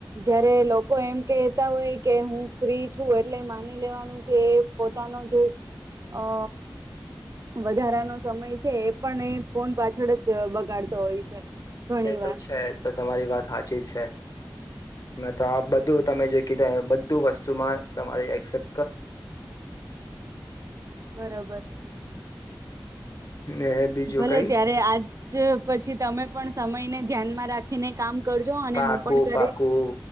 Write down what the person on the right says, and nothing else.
જયારે લોકો એમ કહેતા હોય કે હું ફ્રી છું એટલે માની લેવાનું કે પોતાનો જે અ વધારાનો સમય છે એ પણ એ ફોન પાછળ જ બગાડતો હોય છે ઘણી
વાર
બરોબર
ભલે
ત્યારે આજ પછી તમે પણ સમયને ધ્યાનમાં રાખીને કામ કરજો અને
હું પણ કરીશ